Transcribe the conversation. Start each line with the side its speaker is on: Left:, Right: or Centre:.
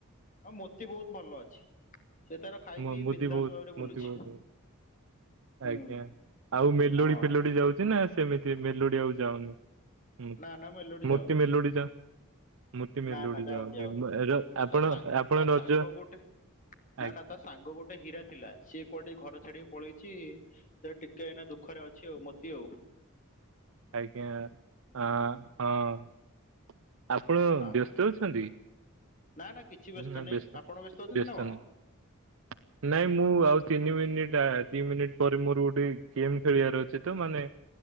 Left: ଆଉ ମୋତି ବହୁତ ଭଲ ଅଛି। ସେ ତାର ଖାଇ
Right: ମୋ
Left: ପିଇ
Right: ମୁଦି
Left: ବିନ୍ଦାସ
Right: ବହୁତ
Left: ଭାବରେ ବୁଲୁଛି।
Right: ମୁଦି ବହୁତ ଏ।
Left: ହୁଁ।
Right: ଆଜ୍ଞା। ଆଉ ମେଲୋଡି
Left: ହଁ
Right: ଫେଲୋଡି ଯାଉଚି ନା ସେମିତି ମେଲୋଡି ଆଉ ଯାଉନି। ମୁଁ
Left: ନା ନା ମେଲୋଡି
Right: ମୂର୍ତ୍ତି
Left: ଯାଉନି
Right: ମେଲୋ଼ଡି ଯାଉ ମୁତି ମେଲୋଡ଼ି
Left: ନା ନା ଯାଉନି
Right: ଯାଉ <unintelligible>
Left: ଯାଉନି। ନା
Right: ଆପଣ
Left: ତା ସାଙ୍ଗ
Right: ଆପଣ
Left: ତା
Right: ରଜ
Left: ସାଙ୍ଗ ଗୋଟେ ନା
Right: ଆଜ୍ଞା।
Left: ନା ତା ସାଙ୍ଗ ଗୋଟେ ହୀରା ଥିଲା। ସିଏ କୁଆଡେ ଏ ଘର ଛାଡିକି ପଳେଇଛି। ସେ ଟିକେ ଏଇନା ଦୁଃଖରେ ଅଛି ଆଉ ମତ୍ କି ଓ।
Right: ଆଜ୍ଞା ହଁ ହଁ। ଆପଣ
Left: ହଁ
Right: ବ୍ୟସ୍ତ ଅଛନ୍ତି?
Left: ନା ନା କିଛି
Right: ଉଁ ନା
Left: ନାହିଁ
Right: ବ୍ୟସ୍ତ
Left: ଆପଣ ଅଛନ୍ତି
Right: ବ୍ୟସ୍ତ
Left: ନା କଣ?
Right: ନାହିଁ। ନାଇଁ ମୁଁ ଆଉ ତିନି ମିନିଟ୍ ଆ ଦି ମିନିଟ୍ ପରେ ମୋର ଗୋଟେ ଗେମ୍ ଖେଳିବାର ଅଛି ତ ମାନେ